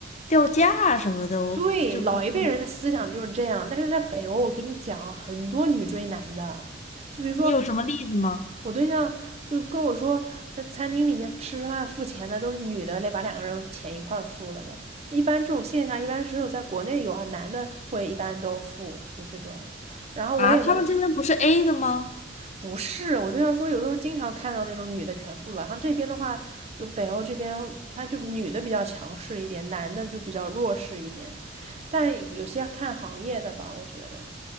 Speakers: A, on the left; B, on the right.
A: 掉价啊什么的？我就是，
B: 对，老一辈人的思想就是这样，
A: 嗯
B: 但是在北欧，我跟你讲，很多女追男的，就比如说
A: 你有什么例子吗？
B: 我对象就跟我说，在餐厅里面吃饭付钱的都是女的来把两个人钱一块儿付了的，一般这种现象一般只有在国内有啊，男的会一般都付，就这种。然后我也能
A: 啊，他们这边不是 A 的吗？
B: 不是，我就想说，有的时候经常看到那种女的全副了，然后这边的话，有北欧这边，他就女的比较强势一点，男的就比较弱势一点，但有些看行业的吧，我觉得